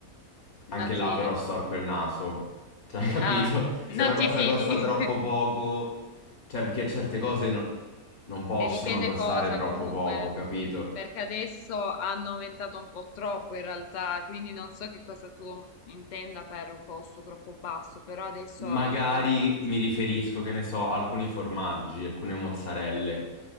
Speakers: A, on the left; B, on the left.
A: anche
B: no,
A: là
B: ti,
A: però storco il naso. Cioè, <laughs> capito?
B: Ah,
A: Se
B: non
A: una cosa
B: ti fidi?
A: costa troppo
B: <laughs>
A: poco, cioè perché certe cose non non possono
B: E dipende
A: costare
B: cosa
A: troppo
B: comunque,
A: poco, capito?
B: perché adesso hanno aumentato un po' troppo in realtà, quindi non so che cosa tu intenda per un costo troppo basso, però adesso
A: Magari
B: è davvero un qualcosa
A: mi
B: di
A: riferisco,
B: assurdo,
A: che ne so, a alcuni formaggi, alcune mozzarelle.